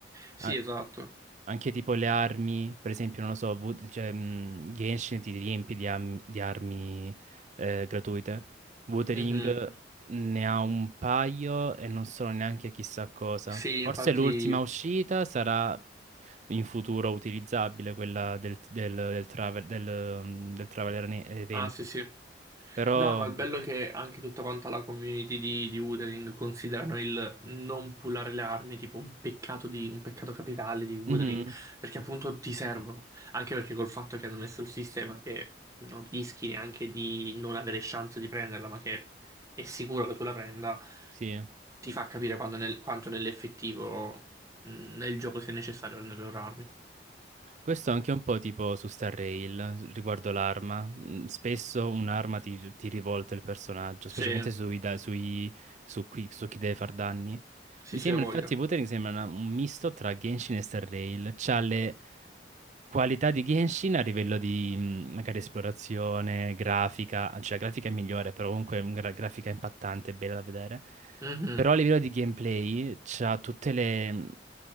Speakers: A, on the right; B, on the right.
A: Sì,
B: A-
A: esatto.
B: Anche tipo le armi, per esempio, non lo so, Wo- cioè, mm, Genshin ti riempie di, am- di armi eh, gratuite. Wuthering
A: Mhm.
B: ne ha un paio e non sono neanche chissà cosa.
A: Sì,
B: Forse
A: infatti.
B: l'ultima uscita sarà in futuro utilizzabile, quella del, del, del, travel, del, mm, del Traveler ne- evento.
A: Ah, sì, sì.
B: Però,
A: No, ma il bello è che anche tutta quanta la community di, di Wuthering considerano il non pullare le armi tipo un peccato, di, un peccato capitale di Wuthering,
B: Mhm,
A: perché appunto ti servono, anche perché col fatto che hanno messo il sistema che non rischi neanche di non avere chance di prenderla, ma che è sicuro che tu la prenda,
B: sì.
A: ti fa capire quando nel- quanto nell'effettivo mh, nel gioco sia necessario prendere le loro armi.
B: Questo è anche un po' tipo su Star Rail riguardo l'arma. Mm, Spesso un'arma ti, ti rivolta il personaggio,
A: Sì,
B: specialmente sui, da- sui- su, qui- su chi deve far danni.
A: sì,
B: Mi
A: sì,
B: sembra,
A: ha voglia.
B: infatti, Wuthering sembra una- un misto tra Genshin e Star Rail. C'ha le qualità di Genshin a livello di mm, magari esplorazione, grafica, cioè la grafica è migliore, però comunque è una grafica impattante, bella da vedere.
A: Mhm,
B: Però a livello di gameplay c'ha tutte le mm,